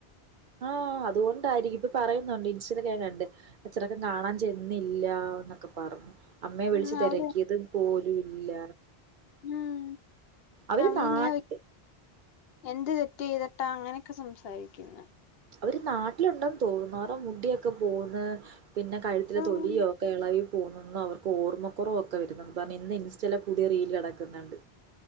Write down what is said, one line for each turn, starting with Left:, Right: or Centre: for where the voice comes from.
Right: ആ അതുകൊണ്ടായിരിക്കും ഇപ്പൊ പറയുന്നൊണ്ട് ഇൻസ്റ്റെലൊക്കെ ഞാൻ കണ്ട് അച്ഛനൊക്കെ കാണാൻ ചെന്നില്ല വന്ന് ക്കെ പറഞ്ഞു അമ്മയെ വിളിച്ചു
Left: ഉം
Right: തെരക്കിയതു
Left: അവര്
Right: പോലുല്ല
Left: ഉം
Right: അവര്
Left: അവരിങ്ങനെ
Right: നാട്ട്
Left: എന്ത് തെറ്റ് ചെയ്തിട്ടാ അങ്ങനെയൊക്കെ സംസാരിക്കുന്ന്
Right: അവര് നാട്ടിലുണ്ടെന്ന് തോന്നുന്നുഅവരുടെ മുടിയൊക്കെ പോന്ന് പിന്നെ കഴുത്തിലെ
Left: ഉം
Right: തൊലിയോക്കെ എളവി പോന്നെന്നൊ അവർക്ക് ഓർമ്മക്കൊറവൊക്കെ വരുന്നെന്ന് പറഞ്ഞ് ഇന്ന് ഇൻ സ്റ്റേലെ പുതിയ റീല് കെടക്കുന്നണ്ട്